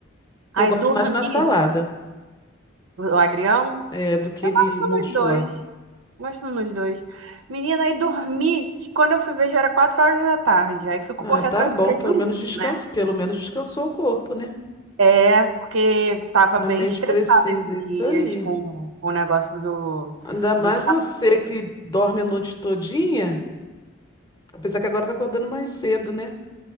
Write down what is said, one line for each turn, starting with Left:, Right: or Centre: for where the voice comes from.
Right: Aí
Left: Eu gosto
Right: dormi,
Left: mais na salada,
Right: o agrião.
Left: é, do que
Right: Eu
Left: ele
Right: gosto
Left: murcho
Right: nos dois.
Left: lá.
Right: Gosto nos dois. Menina, aí dormi, que quando eu fui ver já era quatro horas da tarde. Aí fui correr
Left: Ah, tá
Right: atrás
Left: bom.
Right: do prejuízo,
Left: Pelo menos descanso.
Right: né?
Left: Pelo menos descansou o corpo, né?
Right: É, porque tava
Left: A
Right: bem
Left: mente
Right: estressada
Left: precisa.
Right: esses dias
Left: Isso aí.
Right: com, com o negócio do,
Left: Ainda mais
Right: do
Left: você que dorme a noite todinha, apesar que agora tá acordando mais cedo, né?